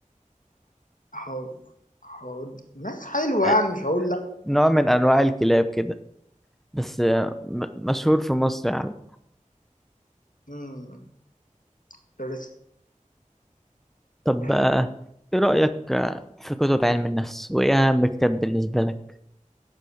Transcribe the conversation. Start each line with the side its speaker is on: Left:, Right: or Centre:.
Left: أهو أهو ما حلوة
Centre: آه،
Left: يعني مش هقول لأ
Centre: نوع من أنواع الكلاب كده بس آه، م- مشهور في مصر يعني
Left: مم، درست
Centre: طب
Left: آه،
Centre: آه، إيه رأيك آه، في كتب علم النفس؟ وإيه أهم كتاب بالنسبة لك؟